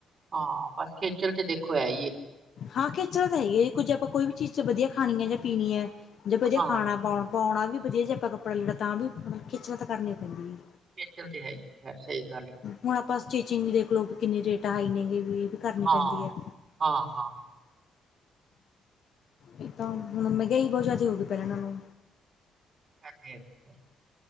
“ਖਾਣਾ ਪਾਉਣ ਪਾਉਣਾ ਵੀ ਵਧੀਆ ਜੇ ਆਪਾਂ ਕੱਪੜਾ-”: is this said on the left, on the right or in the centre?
Left